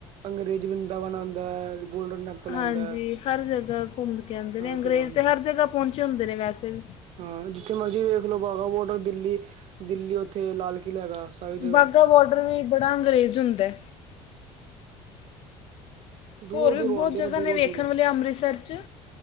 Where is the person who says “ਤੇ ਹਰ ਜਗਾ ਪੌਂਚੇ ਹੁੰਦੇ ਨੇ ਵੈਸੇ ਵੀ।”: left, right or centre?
Left